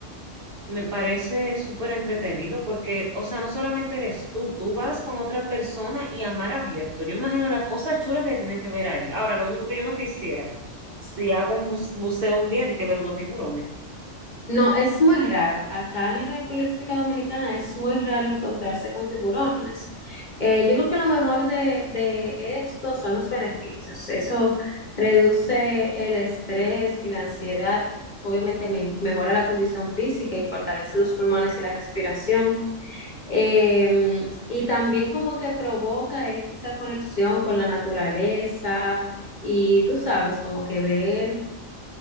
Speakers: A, on the right (about 50°); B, on the left (about 40°).
A: Me parece súper entretenido porque, o sea, no solamente eres tú, tú vas con otra persona y a mar abierto. Yo imagino las cosas chulas que tienen que ver ahí. Ahora, lo único que yo no quisiera, si hago un bus- buceo un día, de que ver unos tiburones.
B: No, es muy raro. Acá en República Dominicana es muy raro encontrarse con tiburones. Eh, yo creo que lo mejor de, de esto son los beneficios. Eso reduce el estrés y la ansiedad. Obviamente men- mejora la condición física y fortalece los pulmones y la respiración. Eh, y también como que provoca esa conexión con la naturaleza y tú sabes, como que ver